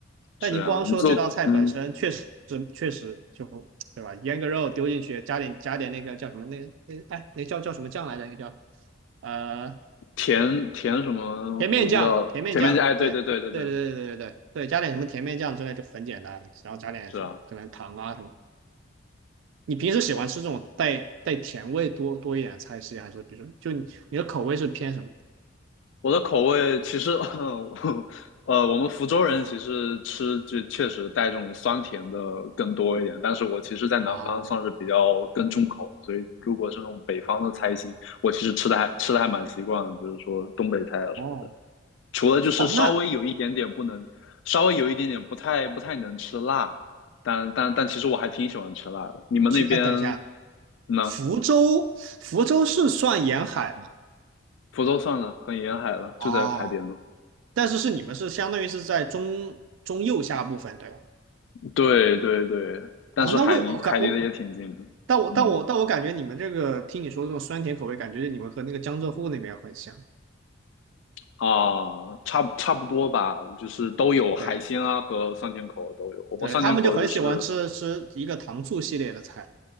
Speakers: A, on the right; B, on the left.
A: 但你光说这道菜本身，
B: 是啊，你做嗯
A: 确实确实就对吧？腌个肉丢进去，加点加点那个叫什么那那哎那叫叫什么酱来着？那个叫呃
B: 甜甜什么我不知道，
A: 甜面酱，甜面酱，
B: 甜面酱哎对对对对对，
A: 对，对对对对对对对，加点什么甜面酱之类就很简单，然后加点什么可能糖啊什么的
B: 是啊，
A: 你平时喜欢吃这种带带甜味多多一点的菜系，还是比如说就你你的口味是偏什么？
B: 我的口味其实，<laughs> 呃，我们福州人其实吃就确实带这种酸甜的更多一点，但是我其实，在南方算是比较更重口，
A: 哦
B: 所以如果是那种北方的菜系，我其实吃的还吃的还蛮习惯的，比如说东北菜啊什么的，
A: 哦
B: 除了就是稍微有一点点不能，
A: 哦，那
B: 稍微有一点点不太不太能吃辣，但但但其实我还挺喜欢吃辣的。你们那边
A: 其实哎，等一下，
B: 呢？
A: 福州福州是算沿海吗？
B: 福州算了，很沿海了，
A: 哦，
B: 就在海边呢。
A: 但是是你们是相当于是在中中右下部分对吧？
B: 对对对，但是海离海离得也挺近的，
A: 哦，那为我感我但我但我但我感觉你们这个听你说这种酸甜口味，
B: 嗯
A: 感觉你们和那个江浙沪那边很像。
B: 啊，差不差不多吧，就是都有海鲜啊和酸甜口都有。
A: 对
B: 我们酸甜口就是，
A: 对，他们就很喜欢吃吃一个糖醋系列的菜。